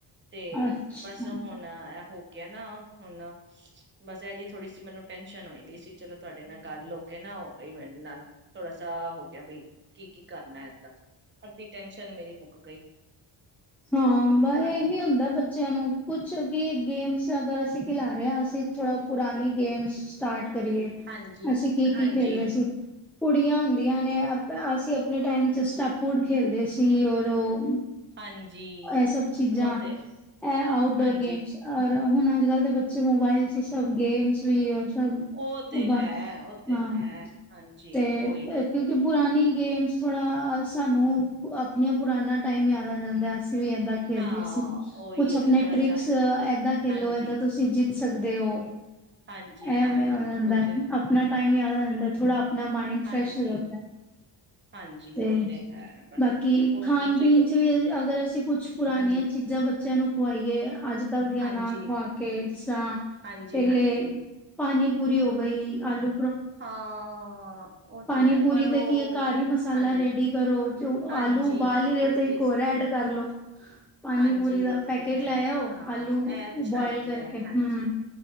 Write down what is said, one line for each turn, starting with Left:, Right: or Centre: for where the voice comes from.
Right: ਤੇ
Centre: ਅੱਛਾ
Right: ਬਸ ਹੁਣ ਏਹੋ ਕਿਆ ਨਾ ਹੁਣ, ਬਸ ਏਹਦੀ ਥੋੜੀ ਸੀ ਮੈਨੂੰ ਟੈਸ਼ਨ ਹੋਈ ਦੀ ਸੀ। ਚਲੋ ਤੁਹਾਡੇ ਨਾਲ ਗੱਲ ਹੋ ਕੇ ਨਾ ਹੋ ਗਈ ਮੇਰੇ ਨਾਲ। ਥੋੜਾ ਸਾ ਹੋ ਗਿਆ, ਬਈ ਕੀ ਕੀ ਕਰਨਾ ਐਦਾ। ਅੱਧੀ ਟੈਸ਼ਨ ਮੇਰੀ ਮੁੱਕ ਗਈ
Centre: ਹਾਂ ਬਾ
Right: ਹਾਂਜੀ
Centre: ਏਹੀ ਹੁੰਦਾ ਬੱਚਿਆਂ ਨੂੰ, ਕੁਛ ਕੀ ਗੇਮਸ ਅਗਰ ਅਸੀਂ ਖਿਲਾ ਰੇ ਆਂ, ਅਸੀਂ ਥੋੜਾ ਪੁਰਾਣੀ ਗੇਮਸ ਸਟਾਰਟ ਕਰੀਏ।
Right: ਹਾਂਜੀ
Centre: ਅਸੀਂ ਕੀ
Right: ਹਾਂਜੀ
Centre: ਕੀ ਖੇਲਦੇ ਸੀ। ਕੁੜੀਆਂ ਹੁੰਦੀਆਂ ਨੇ ਅ-ਬ-ਅਸ ਸੀਂ ਆਪਣੇ ਟਾਈਮ ਚ ਸਟੈਪੂਡ ਖੇਲਦੇ ਸੀ। ਔਰ ਰੋ
Right: ਹਾਂਜੀ
Centre: ਏਹ ਸਭ ਚੀਜ਼ਾਂ,
Right: ਉਹ ਤੇ
Centre: ਏਹ ਆਊਟਡੋਰ
Right: ਹਾਂਜੀ
Centre: ਗੇਮਸ। ਅ ਹੁਣ ਅੱਜ ਕੱਲ੍ਹ ਦੇ ਬੱਚੇ ਮੋਬਾਇਲ ਚ ਈ ਸਭ ਗੇਮਸ ਵੀ, ਔਰ ਸਭ
Right: ਓਹ ਤੇ
Centre: ਮੋਬਾਇਲ
Right: ਹੈ। ਉਹ ਤੇ
Centre: ਹਾਂ
Right: ਹੈ, ਹਾਂਜੀ
Centre: ਤੇ
Right: ਓ ਈ।
Centre: ਕਿਉਂਕਿ ਪੁਰਾਣੀ ਗੇਮਸ ਥੋੜਾ ਸਾਨੂੰ ਆਪਣੀਆਂ ਪੁਰਾਣਾ ਟਾਈਮ ਯਾਦ ਆ ਜਾਂਦੈ, ਅਸੀਂ ਵੀ ਏਦਾਂ ਖੇਲਦੇ
Right: ਹਾਂ
Centre: ਸੀ।
Right: ਉਹੀ
Centre: ਕੁਛ ਆਪਣੇ
Right: ਉਹੀ ਥੋੜਾ
Centre: ਟ੍ਰਿਕਸ
Right: ਸ
Centre: ਏਦਾਂ ਖੇਲੋ
Right: ਹਾਂਜੀ
Centre: ਏਦਾਂ ਤੁਸੀਂ ਜਿੱਤ ਸਕਦੇ ਓ।
Right: ਹਾਂਜੀ
Centre: ਐਵੇਂ
Right: ਹਾਂਜੀ
Centre: ਹੋ ਜਾਂਦੈ।
Right: ਉਹ ਤੇ
Centre: ਅਪਨਾ ਟਾਈਮ ਆ ਜਾਂਦੈ ਥੋੜ੍ਹਾ ਅਪ ਨਾ ਮਾਇੰਡ
Right: ਹਾਂਜੀ
Centre: ਫਰੈਸ਼ ਹੋ ਜਾਂਦਾ ਐ
Right: ਹਾਂਜੀ
Centre: ਤੇ
Right: ਉਹ ਹੈ ਬਸ
Centre: ਬਾਕੀ।
Right: ਕੋਈ
Centre: ਖਾਣ
Right: ਨੀ ਚਲੋ
Centre: ਪੀਣ ਚ ਵੀ ਅ ਅਗਰ ਅਸੀਂ ਕੁਛ ਪੁਰਾਣੀਆਂ
Right: ਹਾਂਜੀ
Centre: ਚੀਜ਼ਾਂ ਬਚ ਚਲੋ ਪਵਾਈਏ ਅੱਜ ਕੱਲ੍ਹ ਦੀਆਂ
Right: ਹਾਂਜੀ
Centre: ਨਾ ਖਆ ਕੇ ਜਿਸ ਤਰ੍ਹਾਂ
Right: ਹਾਂਜੀ
Centre: ਪਹਿਲੇ
Right: ਹਾਂਜੀ
Centre: ਪਾਣੀ ਪੂਰੀ ਹੋ ਗਈ ਆਲੂ
Right: ਹਾਂ ਉਹ
Centre: ਪਾਣੀਪੂਰੀ
Right: ਤੇ ਹੈ ਪਰ
Centre: ਤੇ
Right: ਉਹ
Centre: ਕੀ ਘਰ ਹੀ ਮਸਾਲਾ
Right: ਹਾਂਜੀ
Centre: ਰੇਡੀ ਕਰੋ ਜੋ
Right: ਹਾਂਜੀ
Centre: ਆਲੂ ਉਬਾਲ ਹੀ ਰਹੇ
Right: ਬੜੀ
Centre: ਤੇ
Right: ਟੇਸਟੀ
Centre: ਗੋਰਾ ਐਡ ਕਰ ਲੋ ਪਾਣੀਪੂਰੀ
Right: ਹਾਂਜੀ
Centre: ਦਾ
Right: ਉਹ
Centre: ਪੈਕੇਟ
Right: ਤੇ ਹੈ
Centre: ਲੈ ਆਓ
Right: ਹਾਂ
Centre: ਆਲੂ
Right: ਇਹ ਅੱਛਾ
Centre: ਬਆਇਲ
Right: ਆਈਡੀਆ
Centre: ਕਰਕੇ
Right: ਹੈ
Centre: ਹਮ
Right: ਹਾਂਜੀ